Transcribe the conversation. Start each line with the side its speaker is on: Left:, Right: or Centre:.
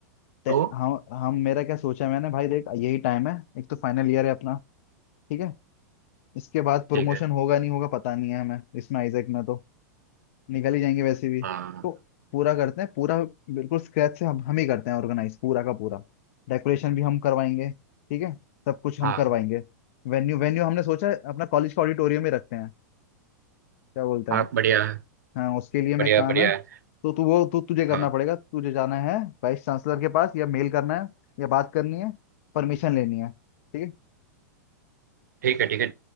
Left: ते-
Right: तो
Left: हम हम मेरा क्या सोचा मैंने भाई देख यही टाइम है एक तो फाइनल ईयर है अपना ठीक है इसके बाद प्रमोशन
Right: ठीक है
Left: होगा नहीं होगा पता नहीं है हमें इसमें आइजैक में तो निकल ही जाएंगे वैसे भी
Right: हाँ
Left: तो पूरा करते हैं पूरा बिल्कुल स्क्रैच से हम हम ही करते हैं ऑर्गेनाइज पूरा का पूरा डेकोरेशन भी हम करवाएंगे ठीक है सब कुछ हम
Right: हाँ
Left: करवाएंगे वेन्यू वेन्यू हमने सोचा है अपना कॉलेज का ऑडिटोरियम ही रखते हैं क्या बोलते हैं
Right: हाँ बढ़िया है
Left: हाँ उसके लिए मैं
Right: बढ़िया
Left: काम
Right: बढ़िया
Left: है
Right: है
Left: तो तू वो तू तुझे करना
Right: हाँ
Left: पड़ेगा तुझे जाना है वाइस चांसलर के पास या मेल करना है या बात करनी है परमिशन लेनी है ठीक है
Right: ठीक है ठीक है